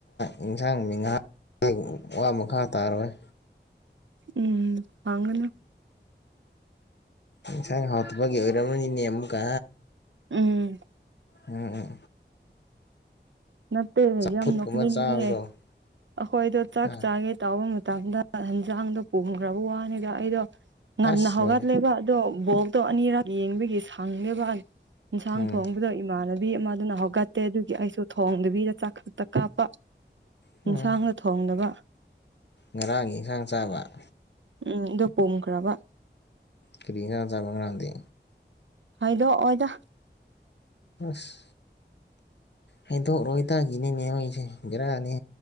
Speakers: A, on the left; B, on the right.
A: ꯌꯦꯟꯁꯥꯡꯗꯤ ꯉꯥ ꯋꯥ ꯃꯈꯥ ꯇꯥꯔꯣꯏ
B: ꯎꯝ ꯍꯥꯡꯒꯅꯨ
A: ꯏꯟꯖꯥꯡ ꯍꯥꯎꯇꯕꯒꯤ ꯑꯣꯏꯔꯝꯃꯅꯤꯅꯦ ꯑꯃꯨꯛꯀ
B: ꯎꯝ
A: ꯎꯝꯎꯝ
B: ꯅꯠꯇꯦ ꯌꯥꯝ
A: ꯐꯨꯠꯀꯨꯝꯕ
B: ꯅꯣꯛꯅꯤꯡꯕꯅꯦ
A: ꯆꯥꯕꯗꯣ
B: ꯑꯩꯈꯣꯏꯗꯣ ꯆꯥꯛ
A: ꯑ
B: ꯆꯥꯡꯒꯦ ꯇꯥꯎꯕ ꯃꯇꯝ ꯃꯇꯝꯗ ꯍꯤꯡꯖꯥꯡꯗꯣ ꯄꯨꯝꯈ꯭ꯔꯕ ꯋꯥꯅꯤꯗ ꯑꯩꯗꯣ
A: ꯑꯁ
B: ꯉꯟꯅ ꯍꯧꯒꯠꯂꯦꯕ
A: ꯂꯣꯏꯔꯦ
B: ꯑꯗꯣ ꯕꯣꯜꯇꯣ ꯑꯅꯤꯔꯛ ꯌꯦꯡꯕꯒꯤ ꯁꯪꯉꯦꯕ ꯏꯟꯁꯥꯡ
A: ꯎꯝ
B: ꯊꯣꯡꯕꯗꯣ ꯏꯃꯥꯟꯅ ꯕꯤ ꯑꯃꯗꯨꯅ ꯍꯧꯒꯠꯇꯦ ꯑꯗꯨꯒꯤ ꯑꯩꯁꯨ ꯊꯣꯡꯗꯕꯤꯗ ꯆꯥꯛ ꯈꯛꯇ ꯀꯥꯞꯄ
A: ꯎꯝ
B: ꯏꯟꯁꯥꯡꯅ ꯊꯣꯡꯗꯕ
A: ꯉꯔꯥꯡꯒꯤ ꯏꯟꯁꯥꯡ ꯆꯥꯕ
B: ꯎꯝ ꯑꯗꯨꯣ ꯄꯨꯝꯈ꯭ꯔꯕ
A: ꯀꯔꯤ ꯏꯟꯁꯥꯡ ꯆꯥꯕ꯭ꯔꯥ ꯉ꯭ꯔꯥꯡꯗꯤ
B: ꯍꯥꯗꯣꯛ ꯑꯣꯏꯗ
A: ꯑꯁ ꯍꯩꯗꯣꯛꯔꯣꯏꯇꯥ ꯒꯤꯅꯤ ꯃꯌꯣꯡꯒꯤꯁꯦ ꯒꯔꯥꯅꯦ